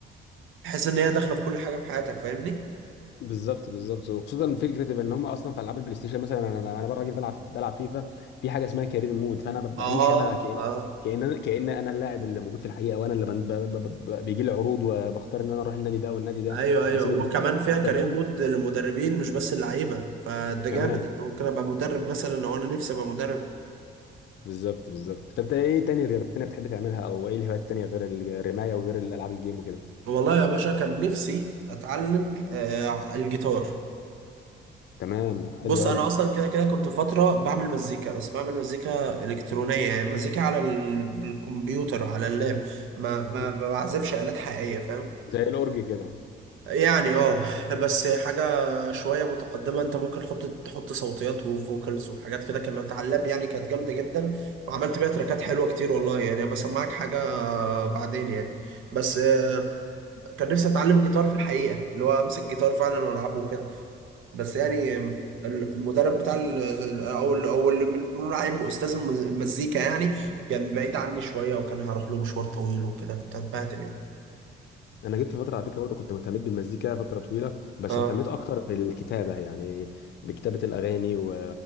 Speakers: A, on the right (about 80°); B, on the left (about 60°).
A: فتحس إن هي داخلة في كل حاجة في حياتك فاهمني؟
B: بالظبط بالظبط وخصوصا فكره ان هم اصلا في العاب البلاي ستيشن مثلا انا انا أنا بقى راجل بلعب بلعب فيفا في حاجه اسمها كارير مود فانا ب- بعيش
A: اه
B: انا كان
A: اه
B: كان كان انا اللاعب اللي موجود في الحقيقه وانا اللي بن- ب- ب- ب- ب- بيجي لي عروض وبختار ان انا اروح النادي ده والنادي ده
A: ايوه ايوه
B: واسيب
A: وكمان
B: الم...
A: فيها
B: انت
A: كارير
B: فاهم
A: مود للمدربين مش بس اللعيبه فده
B: كمان
A: جامد انا ممكن ابقى مدرب مثلا لو انا نفسي ابقى مدرب
B: بالظبط بالظبط فانت ايه تاني رياضات تانية بتحب تعملها او ايه الهوايات التانية غير الرماية وغير الالعاب الجيم وكده
A: والله يا باشا كان نفسي اتعلم آه الجيتار
B: تمام حلو
A: بص
B: قوي
A: انا اصلا كده كده كنت فتره بعمل مزيكا بس بعمل مزيكا الكترونيه يعني مزيكا على ال- الكمبيوتر على اللاب ما ما
B: ز-
A: ما بعزفش الات حقيقيه فاهم
B: زي الأورج كده
A: يعني اه بس حاجه شويه متقدمه انت ممكن تحط تحط صوتيات وفوكالز وحاجات كده كانت على اللاب يعني كانت جامده جدا وعملت بيها تراكات حلوه كتير والله يعني بسمعك حاجه بعدين يعني بس آه، كان نفسي اتعلم الجيتار في الحقيقه اللي هو امسك جيتار فعلا والعبه وكده بس يعني ال- المدرب بتاع ال- ال- او ال- او اللي من- بنقول عليه استاذ المز- المزيكا يعني كان بعيد عني شويه وكان هروح له مشوار طويل وكده كنت هتبهدل يعني
B: انا جبت فتره على فكره برضه كنت مهتمت بالمزيكا فتره طويله بس
A: اه
B: اهتميت اكتر بالكتابه يعني بكتابه الاغاني و...